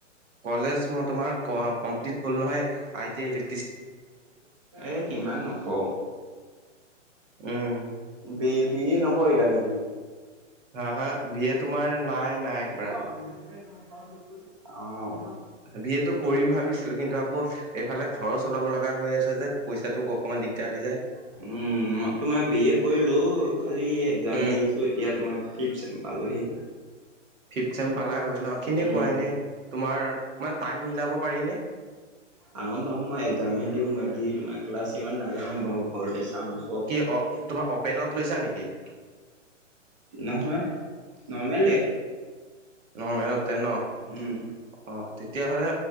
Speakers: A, on the right; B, on the right.
A: কলেজ মই তোমাৰ কমপ্লিট হ'ল নহয় আই টি ইলে
B: এ কিমান নকওঁ
A: উম
B: বি এ নকৰিলা নেকি?
A: হা - হা ভিয়ে তোমাৰ নাই
B: <unintelligible>
A: নাই কৰা
B: অ'হ।
A: বি এ টো কৰিম ভাবিছিলো, কিন্তু আকৌ এইফালে ঘৰো চলাব লগা হৈ আছে যে, পইচাটোক অকমান দিগদাৰ হৈ যায়।
B: উম তোমাৰ বি এ কৰিলো খালি এক্সাম
A: উম
B: দি আছো এতিয়া তোমাৰ ফিফ্ট ছেম। পালোহি।
A: ফিফ্ট ছেম পালাগৈ ন? কেনেকুৱা
B: উম,
A: এনে তোমাৰ টাইম মিলাব পাৰি নে?
B: আহম বাহম মই এক্সামহে দিওঁ, বাকী তোমাৰ ক্লাছ ইমান নাযাওঁৱে বাৰু। ঘৰতে চাওঁ চব।
A: কি অ' তোমাৰ অপেনত লৈছা নেকি?
B: নহয়, নৰ্মেলে।
A: নৰ্মেলতে ন?
B: উম,
A: অ তেতিয়াহ'লে